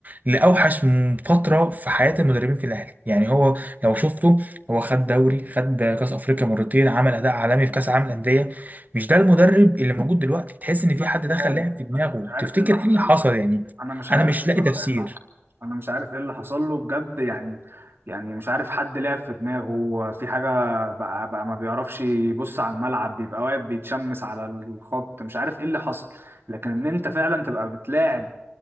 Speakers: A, on the right; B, on the right.
A: لاوحش م- فتره في حياه المدربين في الاهلي يعني هو لو شفته هو خد دوري خد كاس افريقيا مرتين عمل اداء عالمي في كاس العالم للانديه مش ده المدرب اللي موجود دلوقتي تحس ان
B: مش
A: في حد دخل
B: عارف
A: لعب في دماغه
B: انا مش
A: تفتكر
B: عارف ايه اللي حصل
A: ايه اللي حصل
B: له
A: يعني
B: انا مش عارف
A: انا مش لاقي
B: بصراحه
A: تفسير
B: ايه اللي حصل له انا مش عارف ايه اللي حصل له بجد يعني يعني مش عارف حد لعب في دماغه في حاجه بقى بقى ما بيعرفش يبص على الملعب بيبقى واقف بيتشمس على الخط مش عارف ايه اللي حصل لكن ان انت فعلا تبقى بتلاعب